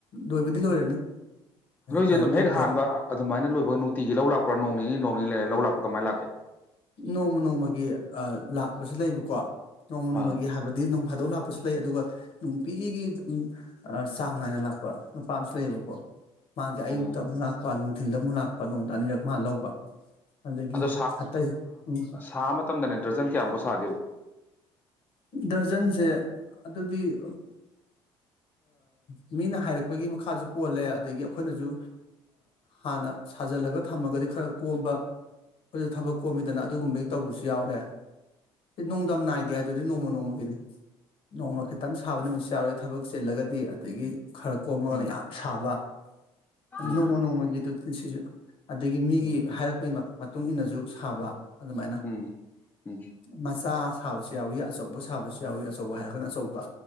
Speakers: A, on the left; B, on the left.
A: ꯂꯣꯏꯕꯗꯤ ꯂꯣꯏꯔꯅꯤ
B: ꯅꯣꯏꯁꯦ
A: ꯀꯩꯅꯣ
B: ꯑꯗꯨꯝ
A: ꯇꯧꯗꯦꯕ
B: ꯍꯦꯛ ꯍꯥꯟꯕ ꯑꯗꯨꯃꯥꯏꯅ ꯂꯣꯏꯕ ꯅꯨꯡꯇꯤꯒꯤ ꯂꯧ ꯂꯥꯛꯄ꯭ꯔꯥ ꯅꯣꯡ ꯅꯤꯅꯤ ꯅꯣꯡ ꯅꯤꯅꯤ ꯂꯩꯔ ꯂꯧ ꯂꯥꯛꯄ꯭ꯔꯥ ꯀꯃꯥꯏꯅ ꯂꯥꯛꯀꯦ
A: ꯅꯣꯡꯃ ꯅꯣꯡꯃꯒꯤ ꯂꯥꯛ ꯃꯁꯤ ꯂꯩꯕꯀꯣ ꯅꯣꯡꯃ ꯅꯣꯡꯃꯒꯤ
B: ꯑꯥ
A: ꯍꯥꯏꯕꯗꯤ ꯅꯨꯡ ꯐꯥꯗꯣꯛ ꯂꯥꯛꯄꯁꯨ ꯂꯩ ꯑꯗꯨꯒ ꯅꯨꯡꯇꯤꯒꯤ ꯎꯝ ꯆꯥ ꯅꯨꯡꯉꯥꯏꯅ ꯂꯥꯛꯄ ꯅꯨꯄꯥ ꯑꯃꯁꯨ ꯂꯩꯌꯦꯕꯀꯣ ꯃꯥꯒꯤ ꯑꯌꯨꯛꯇ
B: ꯑꯣ
A: ꯑꯃꯨꯛ ꯂꯥꯛꯄ ꯅꯨꯡꯊꯤꯜꯗ ꯑꯃꯨꯛ ꯂꯥꯛꯄ ꯅꯣꯡꯗ ꯑꯅꯤꯔꯛ ꯃꯥ ꯂꯧꯕ ꯑꯗꯒꯤ
B: ꯑꯗ
A: ꯑꯇꯩ ꯎꯝ
B: ꯁꯥꯕ ꯃꯇꯝꯗꯅꯦ ꯗ꯭ꯔꯖꯟ ꯀꯌꯥꯃꯨꯛꯀꯛ ꯁꯥꯒꯦꯕ
A: ꯗꯔꯖꯟꯁꯦ ꯑꯗꯨꯗꯤ ꯃꯤꯅ ꯍꯥꯏꯔꯛꯄꯒꯤ ꯃꯈꯥꯁꯨ ꯄꯣꯜꯂꯦ ꯑꯗꯒꯤ ꯑꯩꯈꯣꯏꯅꯁꯨ ꯍꯥꯟꯅ ꯁꯥꯖꯜꯂꯒ ꯊꯝꯃꯒꯗꯤ ꯈꯔ ꯀꯣꯝꯕ ꯑꯩꯈꯣꯏꯁꯨ ꯊꯕꯛ ꯀꯣꯝꯃꯤꯗꯅ ꯑꯗꯨꯒꯨꯝꯕꯒꯤ ꯇꯧꯕꯁꯨ ꯌꯥꯎꯔꯦ ꯁꯤ ꯅꯣꯡꯗꯝ ꯅꯥꯏꯗꯦ ꯍꯥꯏ ꯑꯗꯨꯗꯤ ꯅꯣꯡꯃ ꯅꯣꯡꯃꯒꯤꯅꯤ ꯅꯣꯡꯃ ꯈꯤꯇꯪ ꯁꯥꯕ ꯅꯨꯃꯤꯠꯁꯤ ꯌꯥꯎꯔꯣꯏ ꯊꯕꯛ ꯆꯤꯜꯂꯒꯗꯤ ꯑꯗꯒꯤ ꯈꯔ ꯀꯣꯝꯃꯒꯅ
B: ꯎꯝ
A: ꯌꯥꯝ ꯁꯥꯕ ꯅꯣꯡꯃ
B: ꯎꯝ
A: ꯅꯣꯡꯃꯒꯤꯗꯨ ꯁꯤꯁꯨ ꯑꯗꯒꯤ ꯃꯤꯒꯤ
B: ꯎꯝ
A: ꯍꯥꯏꯔꯛꯄꯒꯤ ꯃꯇꯨꯡ ꯏ ꯃꯇꯨꯡꯏꯟꯅꯁꯨ ꯁꯥꯕ ꯑꯗꯨꯃꯥꯏꯅ
B: ꯎꯝ ꯎꯝ
A: ꯃꯆꯥ ꯍꯥꯎ ꯌꯥꯎꯏ ꯑꯆꯧꯕ ꯁꯥꯕꯁꯨ ꯌꯥꯎꯏ ꯑꯆꯧꯕ ꯍꯥꯏꯔꯒꯅ ꯑꯆꯧꯕ